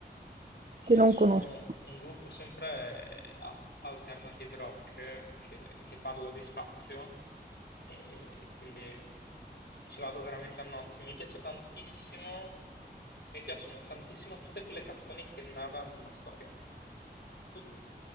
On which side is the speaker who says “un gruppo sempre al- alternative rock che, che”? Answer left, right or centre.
Left